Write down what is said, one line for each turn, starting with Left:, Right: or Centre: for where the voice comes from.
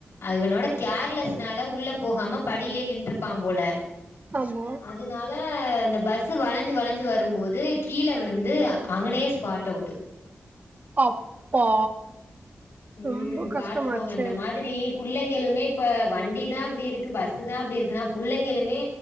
Left: இவனோட கேர்லஸ் னால உள்ள போகாம படியிலே நின்று பாம் போல
Right: ஆமா
Left: அதனால இந்த பஸ் வளஞ்சு வளஞ்சு வரும்போது கீழ விழுந்து அங்கனயே ஸ்பாட் அவுட்டு்
Right: அப்பா
Left: ம்
Right: ரொம்ப கஷ்டமாச்சே
Left: பாத்துக்கோங்க இந்த மாதிரி புள்ளைங்களுமே இப்ப வண்டி தா அப்படி இருக்கு பஸ் தா அப்படி இருக்குன்னா பிள்ளைங்களுமே